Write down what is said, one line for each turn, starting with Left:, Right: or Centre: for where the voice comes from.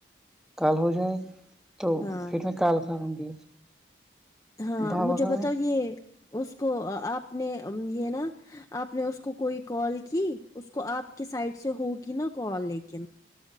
Centre: کل ہو جائے تو
Left: ہاں
Centre: پھر میں کال کروں گی اس
Left: ہاں
Centre: بابا
Left: مجھے
Centre: کہاں
Left: بتاؤ
Centre: ہے
Left: یہ اس کو آپ نے یہ نا آپ نے اس کو کوئی کال کی اس کو آپ کے سائڈ سے ہوگی نا کال لیکن